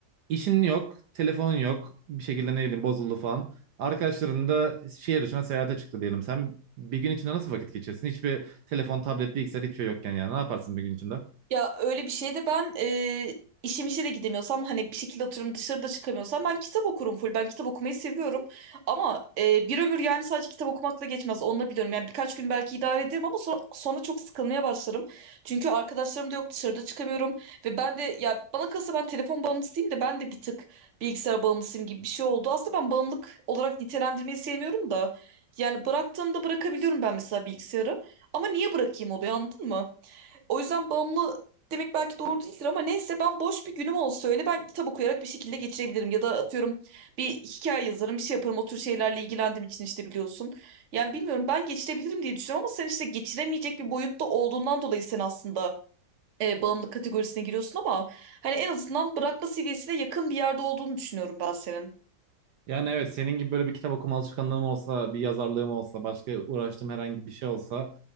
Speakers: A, on the right; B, on the right.
A: İşin yok, telefonun yok. Bir şekilde ne bileyim bozuldu falan. Arkadaşların da şehir dışına seyahate çıktı diyelim. Sen bir gün içinde nasıl vakit geçirsin? Hiçbir telefon, tablet, bilgisayar hiçbir şey yokken yani. Ne yaparsın bir gün içinde?
B: Ya öyle bir şeyde ben e, işim işe de gidemiyorsam hani bir şekilde oturum dışarıda çıkamıyorsam ben kitap okurum full. Ben kitap okumayı seviyorum. Ama e, bir ömür yani sadece kitap okumakla geçmez. Onu da biliyorum. Yani birkaç gün belki idare ederim ama sonra, sonra çok sıkılmaya başlarım. Çünkü arkadaşlarım da yok dışarıda çıkamıyorum. Ve ben de ya bana kalırsa ben telefon bağımlısıyım da ben de bir tık bilgisayar bağımlısıyım gibi bir şey oldu. Aslında ben bağımlılık olarak nitelendirmeyi sevmiyorum da. Yani bıraktığımda bırakabiliyorum ben mesela bilgisayarı. Ama niye bırakayım oluyor anladın mı? O yüzden bağımlı demek belki doğru değildir ama neyse ben boş bir günüm olsa öyle ben kitap okuyarak bir şekilde geçirebilirim. Ya da atıyorum bir hikaye yazarım, bir şey yaparım. O tür şeylerle ilgilendiğim için işte biliyorsun. Yani bilmiyorum ben geçirebilirim diye düşünüyorum ama sen işte geçiremeyecek bir boyutta olduğundan dolayı sen aslında e, bağımlı kategorisine giriyorsun ama hani en azından bırakma seviyesine yakın bir yerde olduğunu düşünüyorum ben senin.
A: Yani evet senin gibi böyle bir kitap okuma alışkanlığım olsa, bir yazarlığım olsa, başka uğraştığım herhangi bir şey olsa